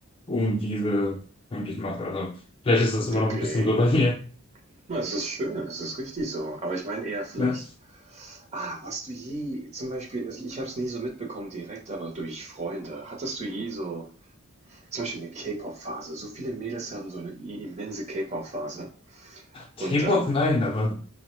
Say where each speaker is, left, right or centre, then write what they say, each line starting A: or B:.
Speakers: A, on the left; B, on the right.
A: um diese, um die ich mache. Also, vielleicht ist das immer
B: okay.
A: noch ein bisschen so bei mir.
B: Na, es ist schön, es ist richtig so. Aber ich meine eher vielleicht,
A: Ja.
B: ah, warst du je, zum Beispiel, also ich habe es nie so mitbekommen direkt, aber durch Freunde, hattest du je so zum Beispiel eine K-Pop-Phase. So viele Mädels haben so eine immense K-Pop-Phase.
A: K-Pop,
B: Und dann,
A: nein, aber,